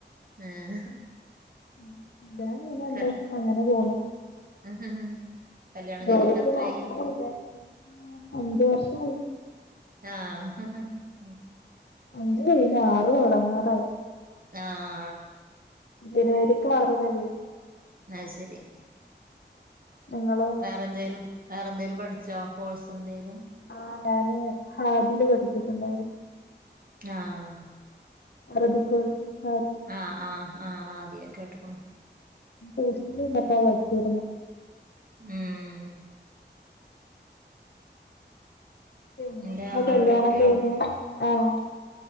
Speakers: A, on the right; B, on the left.
A: ഉം
B: <unintelligible> ന്താ,
A: ക
B: അങ്ങനെ പോണു.
A: <inaudible>
B: ജോലിയ്ക്ക്
A: കഴിഞ്ഞിട്ട് എത്രായി
B: നോക്കണം ന്നുണ്ട് അന്ജ് വർഷായി.
A: ആഹ്, ഹ് ഹ്.
B: അഞ്ജ് കൈഞ്, ആറ് തൊടങ്ങാറായി.
A: ആഹ്.
B: ജനുവരിക്ക് ആറ് തെകിം.
A: അത് ശരി
B: ഞങ്ങളോ..
A: വേറെ ന്തേലും, വേറെ ന്തേലും പഠിച്ചോ? കോഴ്സ് ന്തേലും.
B: ആഹ്, ഞാന് ഹാദില് പഠിച്ചിട്ടുണ്ടായിരുന്.
A: ആഹ്.
B: അറബി കോഴ്സും, സാധിം.
A: ആഹ്, ആഹ്, ആഹ്, ആദിയ കേട്ട് ക്ണു. ആഹ്
B: ഉഷ്റ്റിലി തിന്നി ട്ട വയ്റ്റ് വേദന
A: ഉം
B: പിന്നെന്താ
A: ന്റെ ആങ്ങളയുടെ
B: കല്യാണം
A: കുട്ട്യോ
B: കഴിഞ്ഞ്
A: ളാ
B: ആഹ്